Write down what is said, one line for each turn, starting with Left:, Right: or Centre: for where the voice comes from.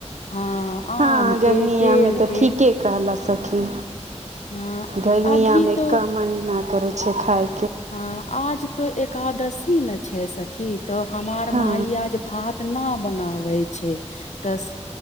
Left: हँ
Right: हँ
Left: आम
Right: गर्मिया
Left: के बेल
Right: मे तऽ
Left: के
Right: ठीके कहलस सखी
Left: हँ
Right: गर्मिया
Left: अभी
Right: मे
Left: तो
Right: का महिना करै छै खाइ
Left: हँ आज तो एकादशी न छै सखी तऽ हमार
Right: हँ
Left: माइ आज भात न बनाबै छै तऽ